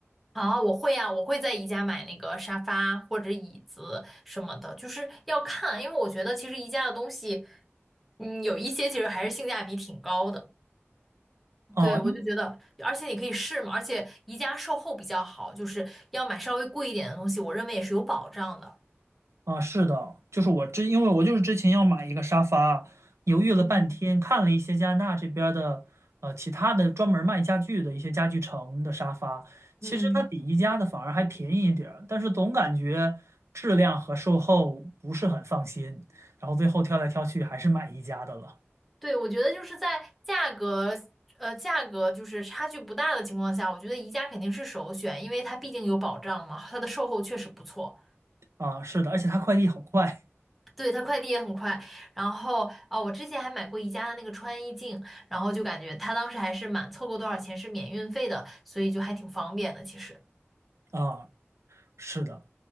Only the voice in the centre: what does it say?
啊，我会啊，我会在宜家买那个沙发或者椅子什么的，就是要看，因为我觉得其实宜家的东西，嗯，有一些其实还是性价比挺高的。
对，我就觉得，
而且你可以试嘛，而且宜家售后比较好，就是要买稍微贵一点的东西，我认为也是有保障的。
嗯，
嗯，
对，我觉得就是在价格，呃，价格就是差距不大的情况下，我觉得宜家肯定是首选，因为它毕竟有保障嘛，它的售后确实不错，
对，它快递也很快。然后啊，我之前还买过宜家的那个穿衣镜，然后就感觉它当时还是满凑够多少钱是免运费的，所以就还挺方便的。其实